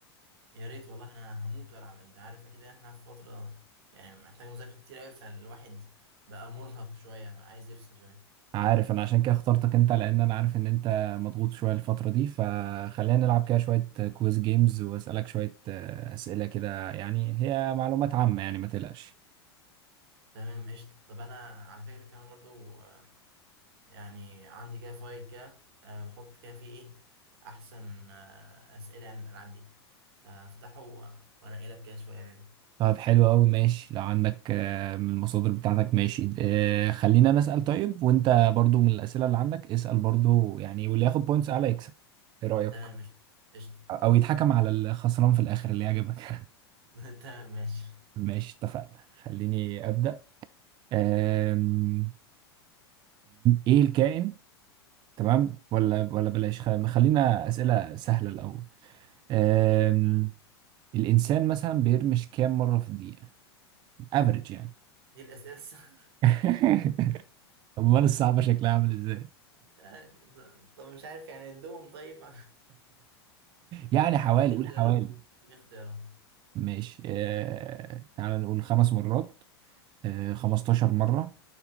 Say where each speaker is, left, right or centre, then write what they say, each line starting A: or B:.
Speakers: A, on the right; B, on the right.
A: يا ريت والله انا هموت والعب انت عارف اكيد احنا في فتره يعني محتاج مذاكره كتير قوي فالواحد بقى مرهق شويه بقى عايز يفصل شويه
B: عارف أنا عشان كده اخترتك أنت لأن أنا عارف إن أنت مضغوط شوية الفترة دي فخلينا نلعب كده شوية كويز جيمز وأسألك شوية آه، أسئلة كده يعني هي معلومات عامة يعني ما تقلقش
A: تمام قشطه طب انا على فكره كمان برضو آه، يعني عندي كده فايل كده آه، بحط كده فيه ايه احسن آه، اسئله عن الالعاب دي فافتحه و- وانقي لك كده شويه منه
B: طب حلو أوي ماشي لو عندك آه، من المصادر بتاعتك ماشي آه، خلينا نسأل طيب وأنت برضو من الأسئلة اللي عندك اسأل برضو يعني واللي ياخد بوينتس أعلى يكسب إيه رأيك؟
A: تمام قشطه قشطه
B: أو يتحكم على الخسران في الآخر اللي يعجبك <laughs>
A: <laughs> تمام ماشي
B: ماشي اتفقنا خليني أبدأ آم، إيه الكائن تمام ولا ولا بلاش خل- خلينا أسئلة سهلة الأول آم،
A: آه.
B: الإنسان مثلا بيرمش كام مرة في الدقيقة؟ افريج يعني
A: دي الاسئله الس- <laughs>
B: <laughs> أمال الصعبة شكلها عامل إزاي؟
A: مش عارف. طب مش عارف يعني ادوهم طيب <laughs>
B: يعني حوالي
A: اديني
B: قول
A: اختيارات
B: حوالي
A: اديني اختيارات
B: ماشي آه تعال نقول خمس مرات آه 15 مرة